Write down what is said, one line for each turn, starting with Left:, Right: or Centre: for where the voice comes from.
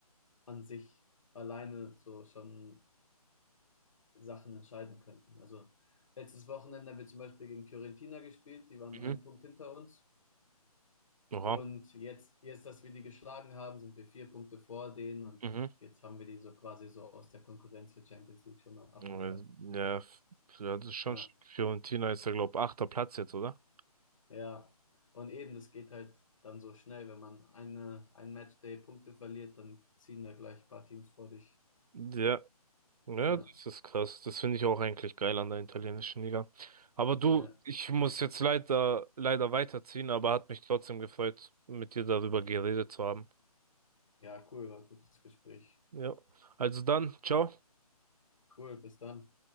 Left: an sich alleine so schon Sachen entscheiden könnten. Also letztes Wochenende haben wir zum Beispiel gegen Fiorentina gespielt, die waren
Right: Mhm.
Left: einen Punkt hinter uns.
Right: Oha.
Left: Und jetzt, jetzt, dass wir die geschlagen haben, sind wir vier Punkte vor denen. Und
Right: Mhm.
Left: jetzt haben wir die so quasi so aus der Konkurrenz für Champions League schon mal abgeschaltet.
Right: Ja,
Left: So.
Right: f- ja, das ist schon.
Left: Äh,
Right: Fiorentina ist ja, glaube ich, achter Platz jetzt, oder?
Left: Ja, und eben, das geht halt dann so schnell, wenn man eine, ein Matchday Punkte verliert, dann ziehen da gleich ein paar Teams vor dich.
Right: Ja. Ja,
Left: Ja,
Right: das ist krass. Das finde ich auch eigentlich geil an der italienischen Liga. Aber du,
Left: ja,
Right: ich muss jetzt leider, leider weiterziehen, aber hat mich trotzdem gefreut, mit dir darüber geredet zu haben.
Left: ja, cool, war ein gutes Gespräch.
Right: Ja, also dann, ciao.
Left: Cool, bis dann.